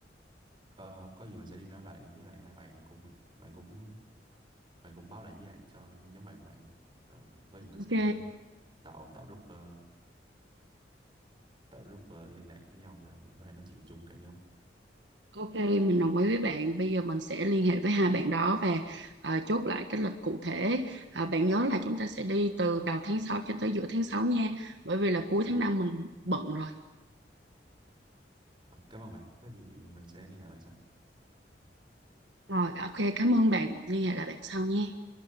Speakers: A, on the right; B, on the right.
A: Ờ, có gì mình sẽ đi nói lại với lại hai bạn của mình bạn cũng bạn cũng báo lại với lại cho nhóm bạn của bạn nha Ờ, có gì mình sẽ
B: Ok,
A: tạo tạo group ờ, tạo group ờ, liên lạc với nhau để mình có thể nói chuyện chung cả nhóm.
B: Ok, mình đồng ý với bạn. Bây giờ mình sẽ liên hệ với hai bạn đó và à, chốt lại cái lịch cụ thể. À, bạn nhớ là chúng ta sẽ đi từ đầu tháng 6 cho tới giữa tháng 6 nha. Bởi vì là cuối
A: Ok.
B: tháng 5 mình bận rồi.
A: Ờ, cảm ơn bạn. Có gì mình sẽ liên lạc bạn sau.
B: Rồi, ok, cảm ơn bạn. Liên hệ lại bạn sau nha.